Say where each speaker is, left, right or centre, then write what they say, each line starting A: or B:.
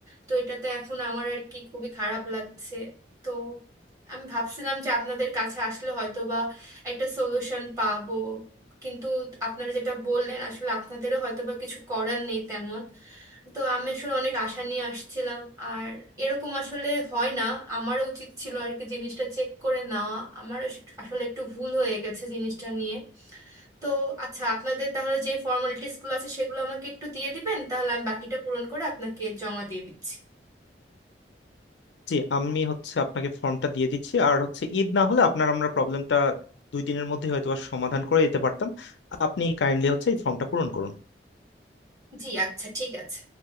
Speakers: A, on the right; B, on the left.
A: তো এটা তো এখন আমার আর কি খুবই খারাপ লাগছে তো আমি ভাবছিলাম যে আপনাদের কাছে আসলে হয়তো বা একটা সলিউশন পাবো কিন্তু আপনারা যেটা বললেন আসলে আপনাদেরও হয়তো বা কিছু করার নেই তেমন তো আমি আসলে অনেক আশা নিয়ে আসছিলাম আর এরকম আসলে হয় না আমারও উচিত ছিল আর কি জিনিসটা চেক করে নেওয়া আমারও আসলে একটু ভুল হয়ে গেছে জিনিসটা নিয়ে তো আচ্ছা আপনাদের তাহলে যে ফর্মালিটিস গুলো আছে সেগুলো আমাকে একটু দিয়ে দিবেন তাহলে আমি বাকিটা পূরণ করে আপনাকে জমা দিয়ে দিচ্ছি
B: জি আমি হচ্ছে আপনাকে ফর্মটা দিয়ে দিচ্ছি আর হচ্ছে ঈদ না হলে আপনার আমরা প্রবলেমটা দুই দিনের মধ্যে হয়তো সমাধান করে দিতে পারতাম আপনি কাইন্ডলি হচ্ছে এই ফর্মটা পূরণ করুন
A: জি আচ্ছা ঠিক আছে